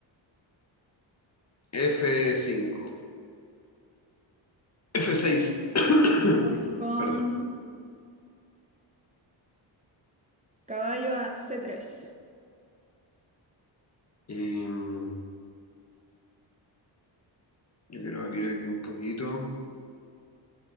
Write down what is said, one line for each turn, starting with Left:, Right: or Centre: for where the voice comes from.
Left: F5. F6. <coughs>
Right: Voy con
Left: Perdón.
Right: caballo a c tres.
Left: Em, yo quiero abrir aquí un poquito.